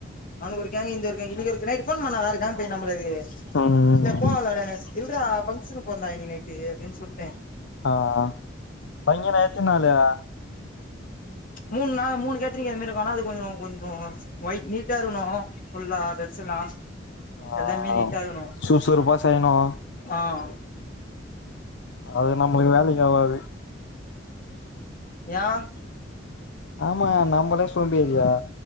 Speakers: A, on the left; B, on the left.
A: அவனுக்கு ஒருக்கேங்கு இங்க இருக்காங்க இவங்களுக்கு நைட் போன் பண்ணா இருக்கங்க நம்மளுக்கு
B: ம்
A: இன போனலடன இல்டா பங்ஷனுக்கு போறேண்டா இன்னக்கி நைட்டு அப்படின்னு சொல்லிட்டேன்
B: ஆஹ் பைகணே துனாலயா
A: மூணு நா மூணு கேத்தரிங்க ஏ மாரி இருக்கனா அது கொஞ்சம் கொஞ்சம் ஒயிட் நீட்டா இருகணும் புல்லா ட்ரெச்சலாம்
B: ஆ
A: எல்லாமே நீட்டாகணும்
B: சுறுசுறுப்பா செய்யணு
A: ஆஹ்
B: அது நம்மளுக்கு வேலை ஆவாது
A: ஏன்
B: ஆமா நம்பளே சோம்பேரிய